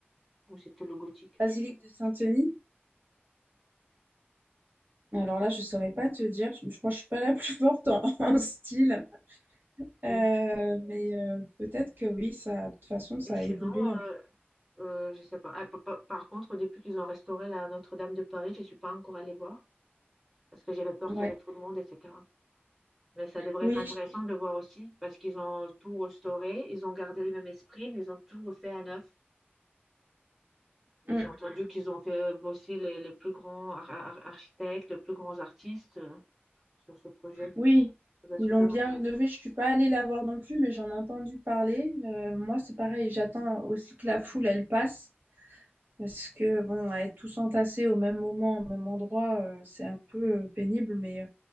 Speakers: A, in the centre; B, on the right (about 55°).
A: ou c'était le gothique.
B: Basilique de Saint-Denis. Alors là, je saurais pas te dire. Je, je crois que je suis pas la plus forte en <laughs> en style.
A: Oui.
B: Euh, mais euh, peut-être que oui, ça, de toute façon, ça
A: Et sinon,
B: a évolué. hein.
A: euh, Euh, je sais pas. Ah, pa- pa- par contre, depuis qu'ils ont restauré la Notre-Dame de Paris, je suis pas encore allée voir parce que j'avais peur
B: Ouais.
A: qu'il y avait trop de monde, etc. Mais ça devrait
B: Oui,
A: être intéressant de voir aussi parce qu'ils ont tout restauré, ils ont gardé le même esprit, mais ils ont tout refait à neuf.
B: mm,
A: Et j'ai entendu qu'ils ont fait bosser les, les plus grands ar- ar- architectes, les plus grands artistes euh, sur ce projet.
B: oui,
A: Ça doit être
B: ils l'ont
A: très
B: bien
A: intéressant.
B: rénové. Je suis pas allée la voir non plus, mais j'en ai entendu parler. Euh, moi, c'est pareil, j'attends aussi que la foule, elle passe. Parce que, bon, être tous entassés au même moment, au même endroit, euh, c'est un peu euh, pénible. Mais euh,